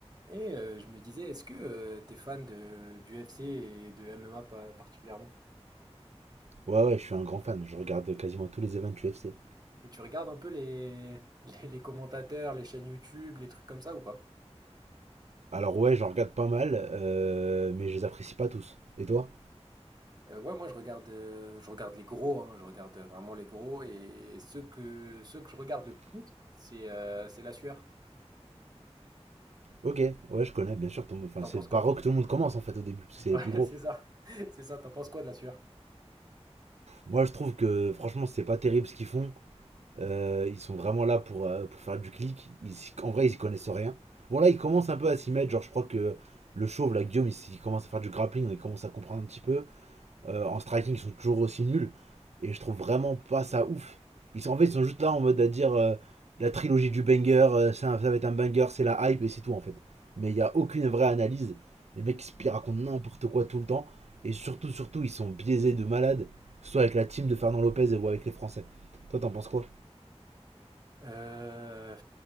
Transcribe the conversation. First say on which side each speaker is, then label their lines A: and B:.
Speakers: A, on the right; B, on the right.
A: Et euh, je me disais, est-ce que tu t'es fan de, du d'UFC et de MMA pa- particulièrement?
B: Ouais, ouais, je suis un grand fan. Je regarde quasiment tous les events UFC.
A: Et tu regardes un peu les, <laughs> les, les commentateurs, les chaînes YouTube, les trucs comme ça ou pas?
B: Alors, ouais, j'en regarde pas mal, euh, mais je les apprécie pas tous. Et toi?
A: Euh, ouais, moi je regarde, euh, je regarde les gros, hein, je regarde vraiment les gros et ceux que, ceux que je regarde le plus, c'est euh, c'est la sueur.
B: Ok, ouais, je connais, bien sûr. tout le monde- Enfin,
A: T'en
B: c'est
A: penses
B: par
A: quoi?
B: eux que tout
A: <laughs>
B: le monde commence en fait au début, parce que c'est
A: Ouais,
B: les plus gros.
A: c'est ça. C'est ça, t'en penses quoi de la sueur?
B: Moi, je trouve que franchement, c'est pas terrible ce qu'ils font. Euh, ils sont vraiment là pour, euh, pour faire du clic. Ils s'y- en vrai, ils y connaissent rien. Bon, là, ils commencent un peu à s'y mettre. Genre, je crois que le chauve, là, Guillaume, il, s'y- il commence à faire du grappling, il commence à comprendre un petit peu. euh, en striking ils sont toujours aussi nuls. Et je trouve vraiment pas ça ouf. Ils sont, en fait, ils sont juste là en mode à dire euh, la trilogie du banger, euh, ça, ça va être un banger, c'est la hype et c'est tout en fait. Mais il n'y a aucune vraie analyse. Les mecs ils se racontent n'importe quoi tout le temps. Et surtout, surtout, ils sont biaisés de malades. Que ce soit avec la team de Fernand Lopez ou avec les Français. Toi, t'en penses quoi
A: Euh,